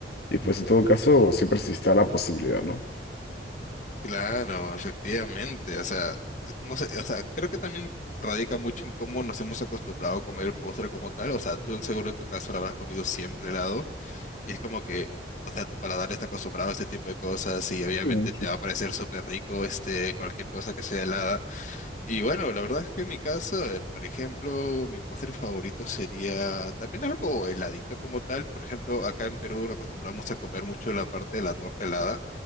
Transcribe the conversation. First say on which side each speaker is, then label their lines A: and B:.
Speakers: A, on the left; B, on the left.
A: Y pues en todo caso, siempre está la posibilidad, ¿no?
B: Claro, efectivamente. O sea, t- no sé, o sea, creo que también radica mucho en cómo nos hemos acostumbrado a comer el postre como tal. O sea, tú seguro en tu caso lo habrás comido siempre helado y es como que, o sea, tu paladar está acostumbrado a este tipo de cosas y obviamente
A: Sí,
B: te
A: sí.
B: va a parecer súper rico este cualquier cosa que sea helada. Y bueno, la verdad es que en mi caso, a ver, por ejemplo, mi postre favorito sería también algo heladito como tal. Por ejemplo, acá en Perú lo acostumbramos a comer mucho la parte de la torta helada.